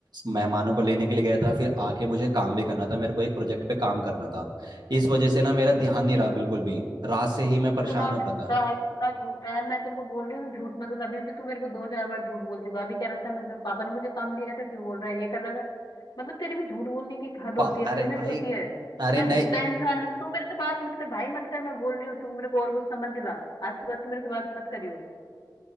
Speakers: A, on the right (about 70°); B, on the left (about 90°).
A: मेहमानों को लेने के लिए गया था फिर आके मुझे काम भी करना था मेरे को एक प्रोजेक्ट पे काम करना था इस वजह से ना मेरा ध्यान नहीं रहा बिल्कुल भी रात से ही मैं
B: कितना
A: परेशान
B: झूठा
A: हो रहा था
B: है कितना झूठा है मैं तेरे को बोल रही हूँ तू झूठ मत बोल अभी भी तू मेरे को दो चार बार झूठ बोल चुका है। अभी कह रहा था मैं पापा ने मुझे काम दिया था फिर बोल रहा है ये कर रहा था मतलब तेरी भी झूठ बोलने की एक हद
A: पा,
B: होती है
A: अरे
B: लिमिट
A: भाई
B: होती है इतना
A: अरे नहीं
B: झूठा इंसान है ना, तू मेरे से बात मत कर भाई मत कर मैं बोल रही हूँ तू मेरे को और गुस्सा मत दिला आज के बाद तू मेरे से बात मत करियो